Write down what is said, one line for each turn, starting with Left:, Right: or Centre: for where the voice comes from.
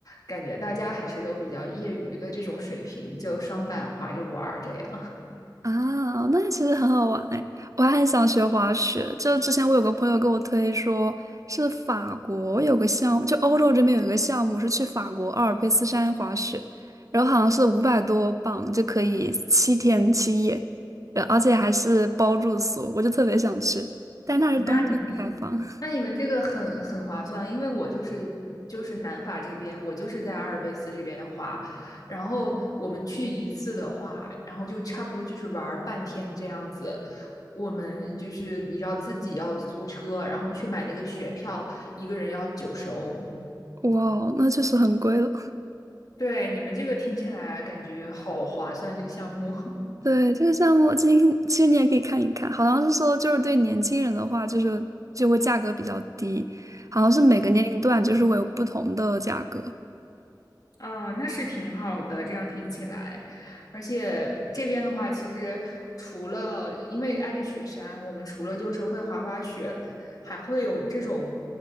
Left: 感觉大家还是都比较业余的这种水平，就双板滑着玩儿这样。
Right: 啊，那其实很好玩哎，我还很想学滑雪。就是之前我有个朋友给我推说，是法国有个项目，就欧洲这边有一个项目是去法国阿尔卑斯山滑雪，然后好像是五百多磅就可以七天七夜，呃而且还是包住宿，我就特别想去，但那是冬季才开放。
Left: <laughs> 那你们？那你们这个很很划算，
Right: <laughs>
Left: 因为我就是就是南法这边，我就是在阿尔卑斯这边滑，然后我们去一次的话，然后就差不多就是玩儿半天这样子。我们就是你知道自己要租车，然后去买那个雪票，一个人要九十欧。
Right: 哇哦，那确实很贵了。
Left: 对，你们这个听起来感觉好划算，这个项目。
Right: 对，这个项目，其实其实你也可以看一看，好像是说就是对年轻人的话，就是就会价格比较低，好像是每个年龄段就是会有不同的价格。
Left: <laughs> 啊，那是挺好的，这样听起来，而且这边的话，其实除了因为挨着雪山，我们除了就是会滑滑雪，还会有这种